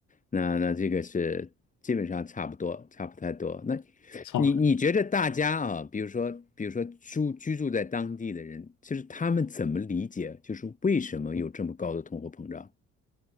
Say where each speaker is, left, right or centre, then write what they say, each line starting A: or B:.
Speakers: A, on the left (about 25°); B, on the left (about 75°).
A: 那那这个是基本上差不多，差不太多。那
B: 超不来。
A: 你你觉得大家啊，比如说比如说住居住在当地的人，就是他们怎么理解，就是为什么有这么高的通货膨胀？